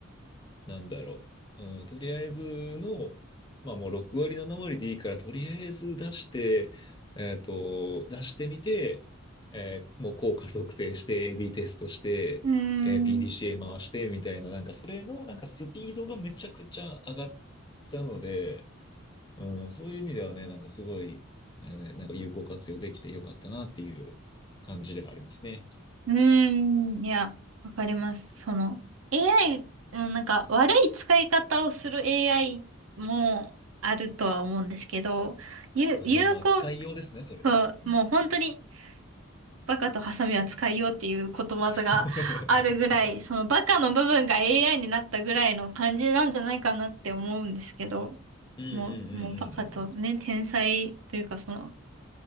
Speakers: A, on the left; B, on the right.
A: なんだろう。うん、とりあえずの、まあもう6割、7割でいいから、とりあえず出して、えっと、出してみて、えーもう効果測定して、AB テストして、
B: うー
A: えー PDCA
B: ん。
A: 回して、みたいな、なんかそれの、なんかスピードがめちゃくちゃ上がったので、うん、そういう意味ではね、なんかすごい、えーねなんか有効活用できてよかったなっていう感じではありますね。
B: うーん。いや、わかります。その、AI、うんなんか悪い使い方をする AI もあるとは思うんですけど、有、
A: <laughs>
B: 有効
A: まあ、使いようですね、それは。
B: と、
A: うん
B: もう本当にバカとハサミは使いようっていうことわざがあるぐらい、
A: <laughs>
B: そのバカの部分が AI になったぐらいの感じなんじゃないかなって思うんですけど、
A: うんうんうんうんうんうん
B: もう、もうバカとね、天才というかその